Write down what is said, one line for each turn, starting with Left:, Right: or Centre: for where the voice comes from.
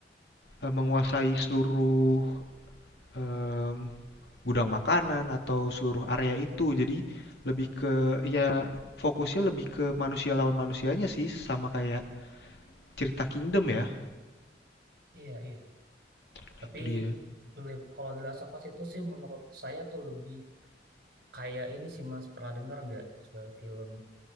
Left: eh, menguasai seluruh em, gudang makanan atau seluruh area itu. Jadi lebih ke ya fokusnya lebih ke manusia lawan manusianya sih sama kayak cerita Kingdom ya.
Right: Iya, iya.
Left: Nah,
Right: Tapi
Left: itu dia.
Right: le- kalau The Last of Us itu sih menurut saya tuh lebih kayak ini sih Mas, pernah dengar nggak se- film